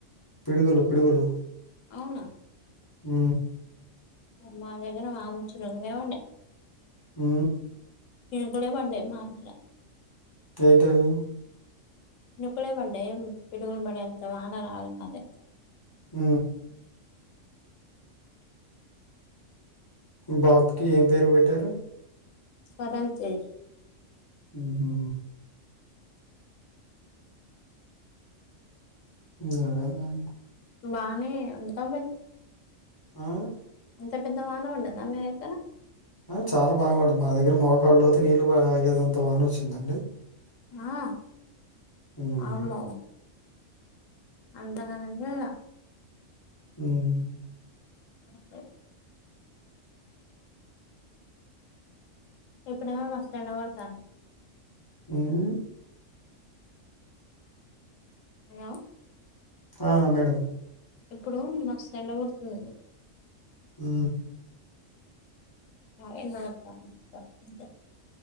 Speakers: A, on the left; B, on the left.
A: పిడుగులు, పిడుగులు
B: అవునా
A: హు
B: మా దగ్గర మాముల్ చురకలే బడ్డయ్.
A: ఊ
B: పిరుగులె బడ్డయ్ మా <unintelligible>
A: ఏంటవి
B: ఇనుకులే పడ్డయ్, ఏం పిడుగులుబడేంత వాన రాళె మా దగ్గర
A: ఊ బాబుకి ఏం పేరు పెట్టారు.
B: స్వతంతిర్
A: ఉహు ఇంగా <unintelligible>
B: బానే అంత మ
A: ఆ
B: ఎంత పెద్ద వానా ఉంటంద మీే ఎక్కనా
A: ఆ చాలా బాగు పడదు మా దగ్గర మోకాళ్ళుతే నీళ్ళలు ఆగేదంత బాగానే వచ్చిందండి
B: ఆ
A: హ్మ్.
B: అమ్మో అంతగానండిళ
A: ఊమ్
B: అఓక ఇప్పుడేమో మస్త్ ఎండ బడతాన్ని
A: ఉమ్
B: హలో
A: ఆ మేడం
B: ఇప్పుడు మస్తు ఎండబడుతుంది
A: ఆ
B: ఎండ బడుతుంది